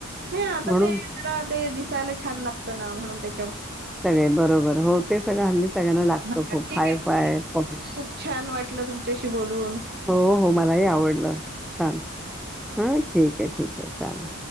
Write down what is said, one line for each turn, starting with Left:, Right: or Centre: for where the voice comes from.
Right: नाही आता
Centre: म्हणून
Right: ते जरा ते दिसायला छान लागत ना म्हणून त्या,
Centre: सगळे बरोबर हो ते सगळं हल्ली सगळ्यांना लागतो
Right: हा
Centre: खूप
Right: ठीक
Centre: हाय
Right: आहे ठीक
Centre: फाय
Right: आहे
Centre: पॉश,
Right: खूप छान वाटलं तुमच्याशी बोलून.
Centre: हो हो मलाही आवडलं छान, हा ठीक आहे ठीक आहे चालेल.